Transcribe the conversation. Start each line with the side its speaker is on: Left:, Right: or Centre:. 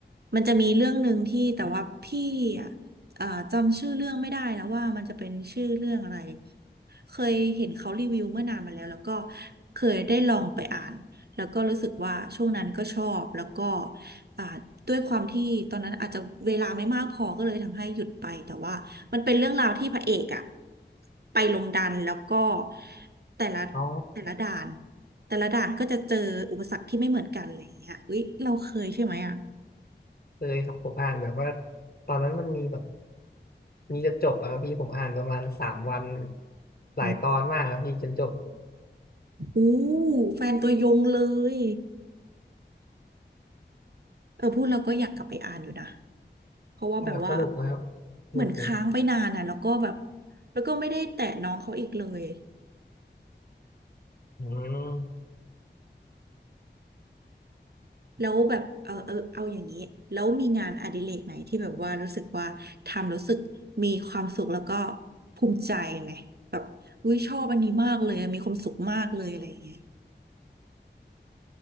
Right: มันจะมีเรื่องหนึ่งที่แต่ว่าพี่อ่ะเอ่อจำชื่อเรื่องไม่ได้แล้วว่ามันจะเป็นชื่อเรื่องอะไรเคยเห็นเขารีวิวเมื่อนานมาแล้วแล้วก็เคยได้ลองไปอ่านแล้วก็รู้สึกว่าช่วงนั้นก็ชอบแล้วก็ อ่าด้วยความที่ตอนนั้นอาจจะเวลาไม่มากพอก็เลยทำให้หยุดไปแต่ว่ามันเป็นเรื่องราวที่พระเอกอะไปลงดันแล้วก็แต่ละ
Left: อ๋อ
Right: แต่ละด่านแต่ละด่านก็จะเจออุปสรรคที่ไม่เหมือนกันอะไรอย่างเงี้ยอุ๊ยเราเคยใช่ไหมอะ
Left: เคยครับผมอ่านแบบว่าตอนนั้นมันมีแบบมีจนจบอะครับพี่ผมอ่านประมาณสามวันหลายตอนมากครับพี่จนจบ
Right: อืม <laughs> อู้แฟนตัวยงเลยเออพูดแล้วก็อยากกลับไปอ่านอยู่นะเพราะว่าแบบว่า
Left: <laughs> ครับสนุกนะครับสนุกเลย
Right: เหมือนค้างไปนานอ่ะแล้วก็แบบแล้วก็ไม่ได้แตะน้องเขาอีกเลย
Left: อืม
Right: แล้วแบบเอาเออเอาอย่างนี้แล้วมีงานอดิเรกไหนที่แบบว่ารู้สึกว่าทำรู้สึกมีความสุขแล้วก็ภูมิใจไหมแบบอุ้ยชอบอันนี้มากเลยมีความสุขมากเลยอะไรอย่างเงี้ย